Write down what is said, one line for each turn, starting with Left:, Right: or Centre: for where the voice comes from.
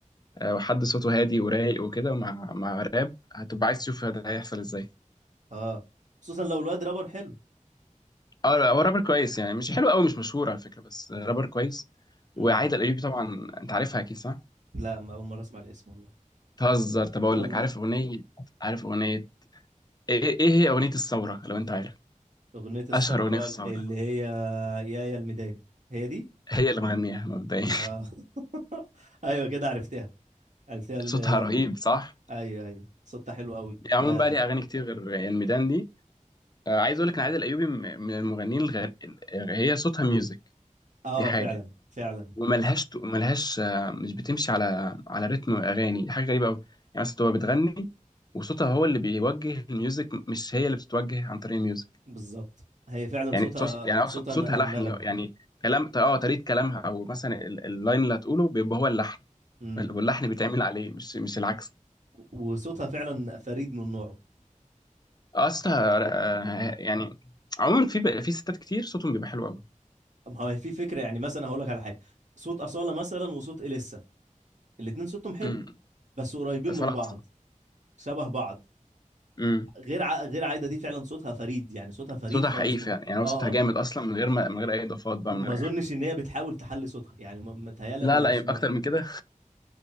Left: آه، وحد صوته هادي ورايق وكده مع مع راب هتبقى عايز تشوف ده هيحصل ازاي
Right: اه خصوصا لو الواد رابر حلو
Left: اه لا، هو رابر كويس يعني مش حلو قوي مش مشهور على فكره بس رابر كويس وعايده
Right: امم
Left: الايوبي طبعا انت عارفها اكيد صح
Right: لا ما اول مره اسمع الاسم والله
Left: تهزر طب اقول
Right: <laughs> والله
Left: لك عارف اغنيه عارف اغنيه ايه ايه هي اغنيه الثوره لو انت عارف
Right: اغنيه الثوره
Left: اشهر اغنيه في الثوره
Right: اللي هي يا يا الميدان هي دي
Left: هي اللي مغنيها مبدئيا
Right: اه <laughs> ايوه كده عرفتها عرفتها ال...
Left: <laughs> صوتها رهيب صح
Right: ايوه ايوه صوتها حلو قوي
Left: يعني عموما
Right: اه
Left: بقى ليها اغاني كتير غير يعني الميدان دي آه، عايز اقول لك ان عايده الايوبي م- من المغنيين الغير هي صوتها ميوزك
Right: اه
Left: دي حاجه
Right: فعلا فعلا
Left: وملهاش ملهاش آه، مش بتمشي على على رتم اغاني دي حاجه غريبه قوي يعني مثلا تبقى بتغني وصوتها هو اللي بيوجه الميوزك مش هي اللي بتتوجه عن طريق الميوزك
Right: بالظبط هي فعلا
Left: يعني
Right: صوتها
Left: تص... يعني اقصد
Right: صوتها
Left: صوتها
Right: ن-
Left: لحني
Right: نغمي
Left: يعني كلام اه طريقه كلامها او مثلا ال- اللاين اللي هتقوله بيبقى هو اللحن
Right: امم
Left: واللحن بيتعمل عليه مش مش العكس
Right: وصوتها فعلا فريد من نوعه
Left: اصلها آه، يعني عموما في ب- في ستات كتير صوتهم بيبقى حلو قوي
Right: ما هو في فكره يعني مثلا هقول لك على حاجه صوت اصاله مثلا وصوت اليسا الاتنين صوتهم حلو
Left: امم
Right: بس قريبين
Left: بس
Right: من
Left: ولا
Right: بعض
Left: احسن
Right: شبه بعض
Left: امم
Right: غير ع... غير عايده دي فعلا صوتها فريد يعني صوتها فريد
Left: صوتها
Right: خالص
Left: حقيقي فعلا
Right: من
Left: يعني هو
Right: اه
Left: صوتها جامد اصلا من غير ما من غير اي اضافات بقى
Right: ما
Left: من غير
Right: اظنش
Left: اي حاجه
Right: ان هي بتحاول تحلي صوتها يعني م- متهيالي
Left: لا
Right: انا لو
Left: لا
Right: سمعت
Left: يبقى اكتر من كده